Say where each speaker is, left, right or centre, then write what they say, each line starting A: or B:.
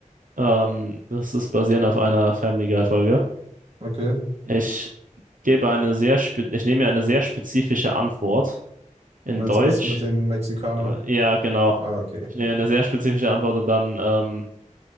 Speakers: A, on the right; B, on the right.
A: Ähm, das ist basierend auf einer Family Guy Folge.
B: okay,
A: Ich gebe eine sehr spe ich nehme mir eine sehr spezifische Antwort in
B: meinst
A: Deutsch.
B: du das mit dem Mexikaner?
A: Äh, Ja, genau.
B: Ah, okay,
A: Ich nehme
B: ja.
A: eine sehr spezifische Antwort und dann ähm,